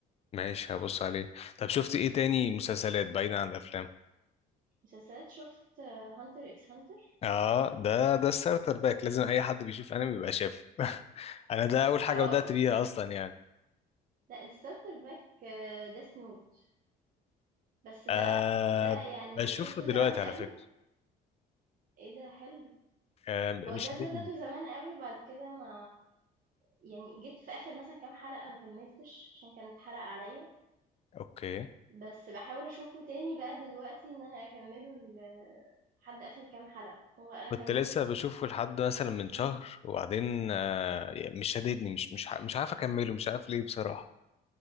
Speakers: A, on the left; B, on the right.
A: ماشي هبص عليه طب شفت ايه تاني مسلسلات بعيدا عن الافلام
B: مسلسلات شفت هانتر اكس هانتر
A: اه ده ده الستارتر باك لازم اي حد بيشوف انمي يبقى شافه <laughs> انا ده اول حاجة
B: اه
A: بدأت
B: حلو ال-
A: بيها اصلا يعني
B: لأ الستارتر باك ديث نوت بس ده
A: آه
B: ده يعني
A: بشوفه
B: شفته
A: دلوقتي
B: زمان قوي
A: على فكرة
B: ايه ده حلو
A: آم،
B: هو
A: مش
B: ده
A: هتدي
B: بدأته زمان أوي وبعد كده ما يعني جيت في آخر مثلًا كام حلقة ما كمّلتش عشان كان اتحرق عليّا،
A: اوكي
B: بس باحاول أشوفه تاني بقى دلوقتي إن أنا أكمّله ل لحد آخر كام حلقة، هو أنا
A: كنت
B: كان
A: لسه بشوفه لحد مثلا من
B: إمم.
A: شهر وبعدين آه، يعني مش شاددني مش مش ع- مش عارف اكمله مش عارف ليه بصراحة